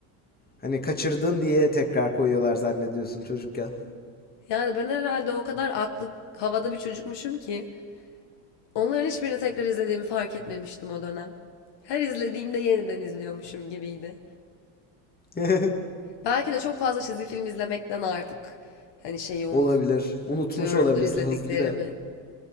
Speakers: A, on the left; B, on the left.
A: Hani kaçırdın diye tekrar koyuyorlar zannediyorsun çocukken.
B: Yani ben herhalde o kadar aklı havada bir çocukmuşum ki onların hiçbirini tekrar izlediğimi fark etmemiştim o dönem. Her izlediğimde yeniden izliyormuşum gibiydi.
A: <laughs>
B: Belki de çok fazla çizgi film izlemekten artık hani şeyi unutuyorumdur
A: Olabilir. Unutmuş olabilirsin
B: izlediklerimi.
A: hızlı bir de.